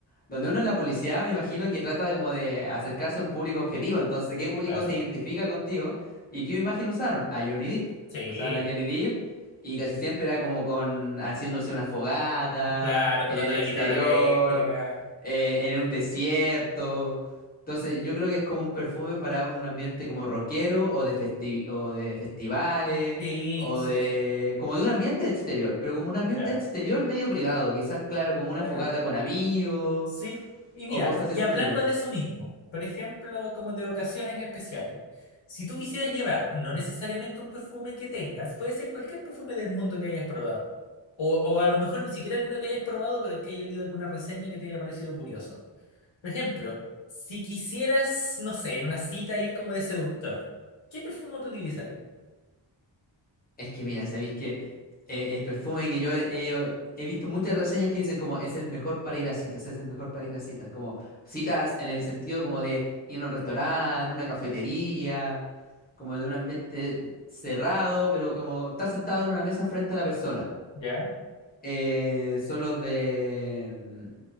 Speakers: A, on the left; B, on the left.
A: donde uno en la publicidad me imagino que trata de como de acercarse a un público objetivo. Entonces, ¿qué público
B: Claro.
A: se identifica contigo? ¿Y qué imagen usaron? A Johnny Depp.
B: Sí,
A: Usaban a Johnny Depp y casi siempre era como con haciéndose una fogata,
B: claro, tocando
A: en el
B: la
A: exterior,
B: guitarra eléctrica.
A: eh, en un desierto. Entonces, yo creo que es como un perfume para un ambiente como rockero o de festi- o de festivales
B: Sí,
A: o
B: sí,
A: de, como de un ambiente exterior, pero como un ambiente
B: claro.
A: exterior medio privado, quizás, claro, como una
B: Claro.
A: fogata con amigos
B: Sí, y
A: o
B: mira,
A: cosas
B: y
A: de ese
B: hablando
A: estilo.
B: de eso mismo, por ejemplo, como de ocasiones especiales, si tú quisieras llevar no necesariamente un perfume que tengas, puede ser cualquier perfume del mundo que hayas probado, o, o a lo mejor ni siquiera alguno que hayas probado, pero que haya leído alguna reseña que te haya parecido curioso. Por ejemplo, si quisieras, no sé, en una cita ir como de seductor, ¿qué perfume tú utilizarías?
A: Es que mira, sabéis que eh, el perfume que yo he, he- he visto muchas reseñas que dicen como es el mejor para ir a citas, es el mejor para ir a citas, como citas en el sentido como de ir a un restaurante, una cafetería, como de un ambiente cerrado, pero como estar sentado en una mesa frente a la persona.
B: ¿Ya?
A: Eh, son los de. mm,